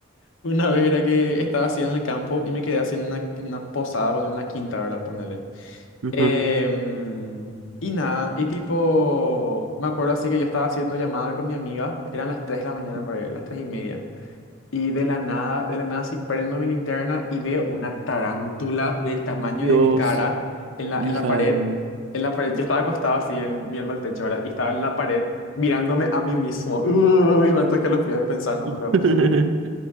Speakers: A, on the left (about 75°); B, on the right (about 75°).
A: Una vez era que estaba así en el campo y me quedé así en una, en una posada, bueno, en una quinta, ¿verdad? Ponele.
B: Ujú.
A: Em, y nada, y tipo, me acuerdo así que yo estaba haciendo llamada con mi amiga, eran las 3 de la mañana,
B: Ajá.
A: por ahí, las 3 y media. Y de la nada, de la nada, sí prendo mi linterna y veo una tarántula del tamaño
B: Dios,
A: de mi cara en la,
B: hija
A: en la pared.
B: de mí.
A: En la pared, yo estaba acostado así, en- mirando al techo, ¿verdad? Y estaba en la pared mirándome a mí mismo. <laughs> Uy, me ataca los fríos de pensar nomás.
B: <laughs>
A: luego.